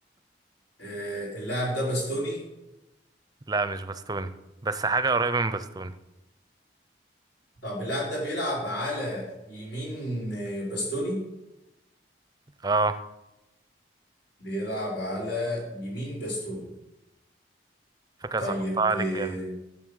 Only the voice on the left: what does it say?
إيه اللاعب ده باستوني
طب اللاعب ده بيلعب على يمين آه، باستوني
بيلعب على يمين باستوني
طيب
إيه